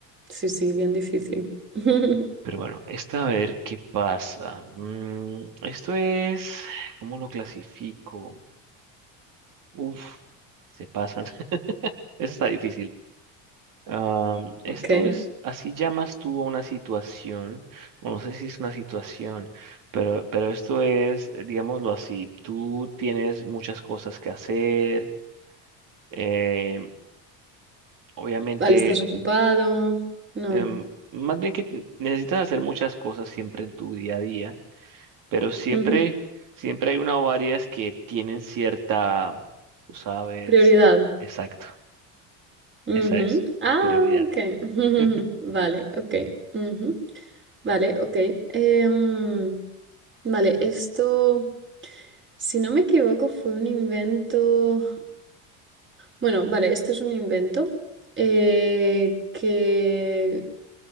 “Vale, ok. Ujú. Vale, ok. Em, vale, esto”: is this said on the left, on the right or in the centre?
Right